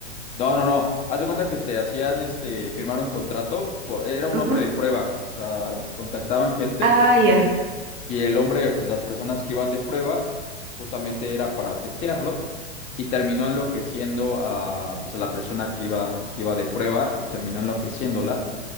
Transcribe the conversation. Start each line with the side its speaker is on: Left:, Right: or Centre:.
Left: no, no, no, hace cuenta que te hacían este, firmar un contrato, por- era un
Right: ujú.
Left: hombre de prueba, o sea, contactaban gente
Right: Ah, ya.
Left: y el hombre, pues las personas que iban de prueba, justamente era para testearlo y terminó enloqueciendo a, pues, a la persona que iba, que iba de prueba, terminó enloqueciéndola.